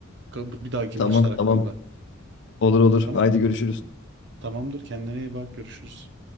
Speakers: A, on the right; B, on the left.
A: Ka- Bir dahaki
B: Tamam
A: maçlar hakkında.
B: tamam olur olur.
A: Tamam.
B: Haydi görüşürüz.
A: Tamamdır. Kendine iyi bak. Görüşürüz.